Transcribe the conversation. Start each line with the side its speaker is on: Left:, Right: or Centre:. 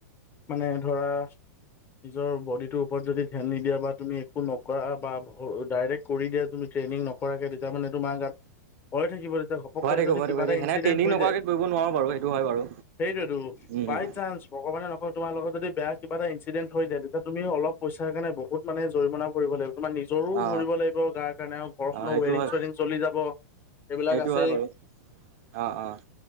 Left: মানে ধৰা। নিজৰ বডিটোৰ ওপৰত যদি ধ্যান নিদিয়া বা তুমি একো নকৰা বা ডাইৰেক্ট কৰি দিয়া তুমি ট্ৰেইনিং নকৰাকে যেতিয়া মানে তোমাৰ ইয়াত, পেলাই থৈ কিবা এটা ঘপকৈ
Right: ভয় থাকিব
Left: যদি
Right: ভয়
Left: কিবাটা
Right: থাকিব
Left: ‌ইনঞ্চিডেণ্ট
Right: সেনে ট্ৰেইনিং
Left: হৈ
Right: নকৰাকে
Left: যায়।
Right: কৰিব নোৱাৰো বাৰু সেইটো হয় বাৰু
Left: সেইটোতো,
Right: উম
Left: বাই
Right: উম
Left: চান্স ভগৱানে নকয় তোমাৰ লগত। যদি বেয়া কিব এটা ইঞ্চিডেণ্ট হৈ যায়, লোকক তুমি অলপ পইচাৰ কাৰণে বহুত মানে, জৰিমনা‌ ভৰিব লাগিব। তোমাৰ নিজৰো
Right: অ
Left: ভৰিব লাগিব গাৰ কাৰণে আৰু
Right: অ সেইটো
Left: ওৱাৰিৎ
Right: হয়
Left: চুৱাৰিৎ চলি যাব। সেইবিলাক
Right: সেইটো
Left: আছে।
Right: হয় বাৰু অ', অ।